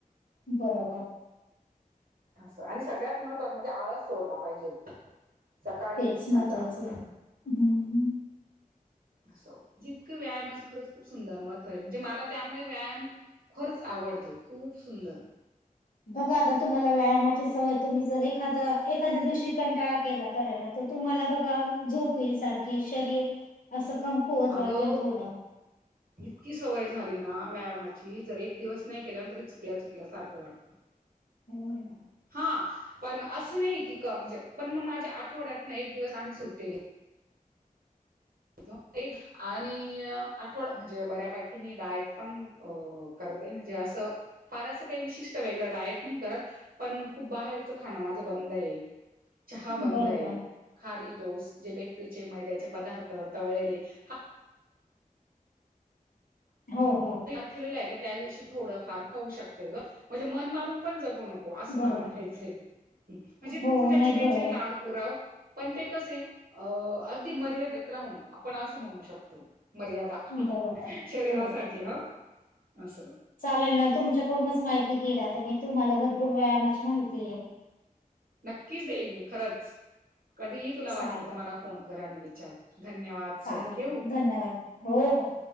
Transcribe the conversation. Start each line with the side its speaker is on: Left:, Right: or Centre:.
Left: बरोबर.
Right: असं. आणि सगळ्यात महत्त्वाचं म्हणजे आळस सोडला पाहिजे. सकाळी
Left: तेचं
Right: उठण्याचा
Left: महत्वाचं.
Right: हम्म
Left: हम्म.
Right: असो जितकं व्यायामाच खरंच खूप सुंदर महत्व आहे. म्हणजे मला त्यामुळे व्यायाम खरंच आवडतो. खूप सुंदर.
Left: बघा आता तुम्हाला व्यायामाची सवय तुम्ही जर एखादा एखाद्या दिवशी कंटाळा केलं करायला तर तुम्हाला बघा झोप येईल सारखी शरीर असं कमकुवत वाटल
Right: अगं
Left: थोडं.
Right: इतकी सवय झाली ना व्यायामाची जर एक दिवस नाही केलं तरी चुकल्या - चुकल्यासारखं वाटत.
Left: हो ना?
Right: हा पण असं नाहीयाय की क म्हणजे पण मग माझ्या आठवड्यात ना एक दिवस आम्ही सुट्टी घे तो एक आणि आठवडा म्हणजे बऱ्यापैकी मी डायट पण अ करते म्हणजे असं फार असं काही विशिष्ट वेगळं डायट नाही करत. पण खूप बाहेरचं खाणं माझं बंद आहे. चहा बंदय.
Left: बरोबर.
Right: खारी टोस जे बेकरीचे मैद्याचे पदार्थ तळलेले हा
Left: हो -हो.
Right: <unintelligible> त्या दिवशी थोड फार खाऊ शकते ग. म्हणजे मन मारून पण जगु नको. असं मला
Left: बरोबर.
Right: म्हणायचंय. म्हणजे
Left: हो,
Right: तू तुझ्या
Left: नाही
Right: जिभेचे
Left: बरोबर.
Right: लाड पुरव. पण ते कसे अ अगदी मर्यादेत राहून आपण असं म्हणू शकतो. मर्यादा!
Left: बरोबर.
Right: शरीरासाठी
Left: हो.
Right: ह. अस.
Left: चालेल ना तुमच्याकडूनच माहिती घेईल आता मी तुम्हाला भरपूर व्यायामाची माहिती आहे.
Right: नक्कीच देईल मी खरंच. कधीही तुला
Left: चालेल,
Right: वाटलं तू मला फोन कर आणि विचार. धन्यवाद. चल
Left: चालेल.
Right: ठेवू.
Left: धन्यवाद. हो हो.